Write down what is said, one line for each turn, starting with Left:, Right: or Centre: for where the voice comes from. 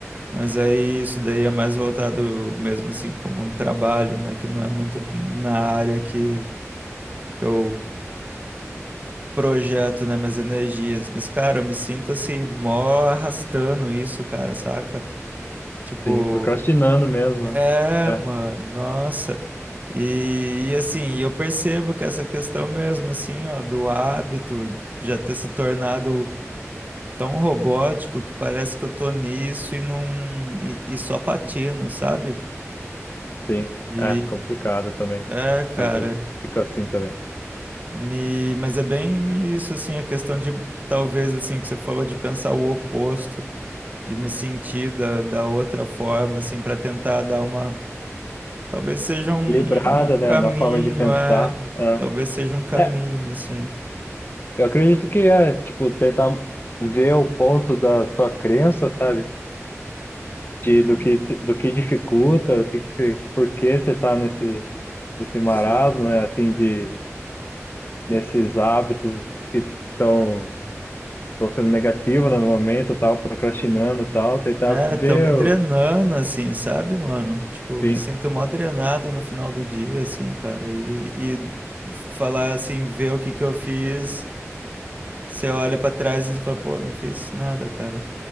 Right: Mas aí isso daí é mais voltado mesmo, assim, como um trabalho, né, que não é muito na área que, que eu projeto, né, minhas energias. Mas, cara, eu me sinto, assim, mó arrastando isso, cara, saca? Tipo,
Left: sim, procrastinando mesmo.
Right: É,
Left: né? É,
Right: mano, nossa. E, e, assim, eu percebo que essa questão mesmo, assim, ó, do hábito já ter se tornado tão robótico que parece que eu tô nisso e não e, e só patino, sabe?
Left: sim,
Right: E
Left: é complicado também.
Right: é, cara.
Left: Às vezes fica assim também.
Right: E, mas é bem isso, assim, a questão de talvez assim que você falou de pensar o oposto, de me sentir da, da outra forma, assim, para tentar dar uma Talvez seja um,
Left: Equilibrada,
Right: um um
Left: né,
Right: caminho,
Left: na forma de pensar.
Right: é.
Left: É.
Right: Talvez seja um caminho,
Left: É,
Right: assim.
Left: Eu acredito que é, tipo, tentar ver o ponto da sua crença, sabe? De, do que, do que dificulta, do que, que você- por que você tá nesse, nesse
Right: Sim.
Left: marasmo, né? Assim, de, nesses hábitos que estão sendo negativos né, no momento, tal, procrastinando, tal. Tentar
Right: É,
Left: ver,
Right: tão me drenando,
Left: o-
Right: assim, sabe, mano? Tipo, eu
Left: sim.
Right: me sinto mó drenado no final do dia, assim, cara. E, e falar assim, ver o que que eu fiz, você olha pra trás e você fala, pô, não fiz nada, cara.